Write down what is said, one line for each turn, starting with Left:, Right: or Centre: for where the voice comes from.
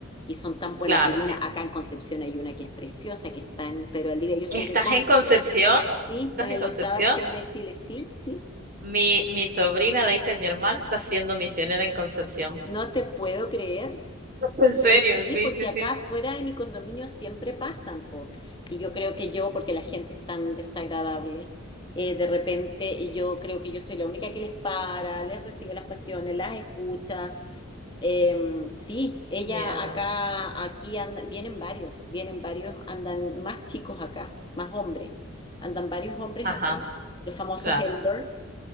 Left: y son tan, bueno,
Right: Claro,
Left: hay
Right: sí.
Left: una acá en Concepción, hay una que es preciosa, que está en Pero al día yo soy
Right: ¿Estás
Left: de Conce,
Right: en Concepción?
Left: ¿sí?
Right: ¿Estás
Left: Estoy
Right: en
Left: en
Right: Concepción?
Left: la octava región de Chile, sí, sí.
Right: Mi, mi sobrina, la hija de mi hermana, está siendo misionera en Concepción.
Left: No te puedo creer.
Right: <laughs> En serio,
Left: Pero sí,
Right: sí,
Left: pues
Right: sí,
Left: si acá
Right: sí.
Left: fuera de mi condominio siempre pasan, po. Y yo creo que yo, porque la gente es tan desagradable, eh, de repente yo creo que yo soy la única que les para, les recibe las cuestiones, las escucha. Eh, sí, ella
Right: Mira.
Left: acá, aquí anda- vienen varios, vienen varios, andan más chicos acá, más hombres. Andan varios hombres
Right: Ajá,
Left: acá, los famosos
Right: claro.
Left: elders.